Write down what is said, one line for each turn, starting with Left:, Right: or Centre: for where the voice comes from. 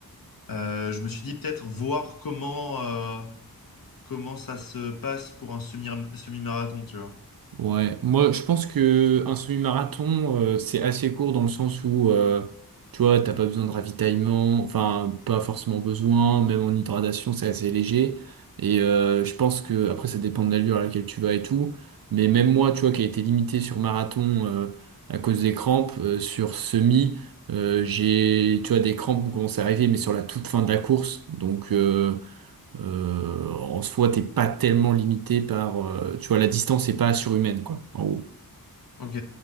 Left: Euh, je me suis dit peut-être voir comment. euh, comment ça se passe pour un semi- semi-marathon, tu vois.
Right: Ouais, moi je pense que un semi-marathon euh, c'est assez court dans le sens où euh, tu vois t'as pas besoin de ravitaillement, enfin pas forcément besoin, même en hydratation c'est assez léger et euh, je pense que après ça dépend de l'allure à laquelle tu vas et tout, mais même moi tu vois qui a été limité sur marathon euh, à cause des crampes euh, sur semi euh, j'ai tu vois des crampes ont commencé à arriver mais sur la toute fin de la course donc euh, euh, en soi, t'es pas tellement limité par, euh, tu vois, la distance est pas surhumaine, quoi, en gros.
Left: Ok.